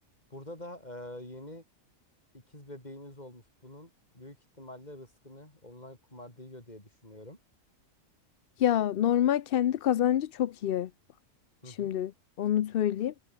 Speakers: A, on the left; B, on the left.
A: Burada da e, yeni ikiz bebeğiniz olmuş. Bunun büyük ihtimalle rızkını online kumarda yiyor diye düşünüyorum.
B: Ya normal kendi kazancı çok iyi.
A: Hı
B: Şimdi
A: hı
B: onu söyleyeyim.